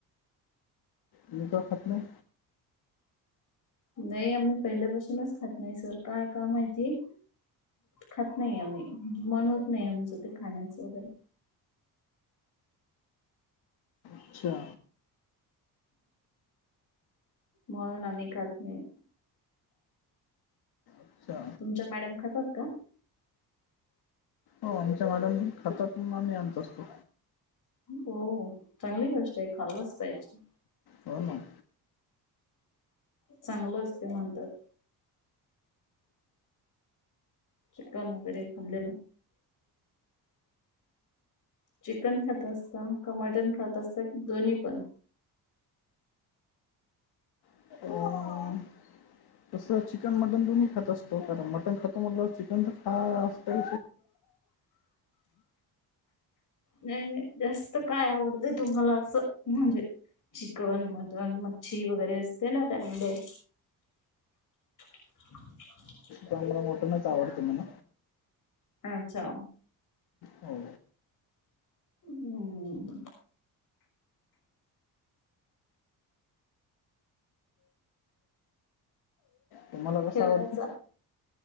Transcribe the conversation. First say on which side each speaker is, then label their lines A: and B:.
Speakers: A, on the left (about 75°); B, on the left (about 55°).
A: नज खात नाही
B: नाही आम्ही पहिल्यापासूनच खात नाही सर काय काम आहेती खात नाही आम्ही मन होत नाही आमचं ते खाण्याचं वगैरे
A: अच्छा
B: म्हणून आम्ही खात नाही
A: अच्छा
B: तुमच्या मॅडम खासात का
A: हो आमच्या मॅडम खातात आम्ही आणत असतो
B: हो चांगली गोष्ट आहे खाल्लाच पाहिजे
A: हो ना
B: चांगलं अस ते म्हणतात चिकन वगैरे खाल्लेल चिकन खात असता का मटण खात असता कि दोन्ही पण
A: ह तसं चिकन मटन तुम्ही खात असतो कारण मटन खातो म्हटलंवर चिकन तर खाय अस त
B: नाही नाही जास्त काय आवडतय तुम्हाला असं म्हणजे चिकन मटन मच्छी वगैरे असते ना त्यामध्ये <inaudible>
A: चांगला मोठणच आवडत म
B: अच्छा
A: हो
B: हम्म
A: तुम्हाला कसं
B: खेळण्याचा
A: आवडतं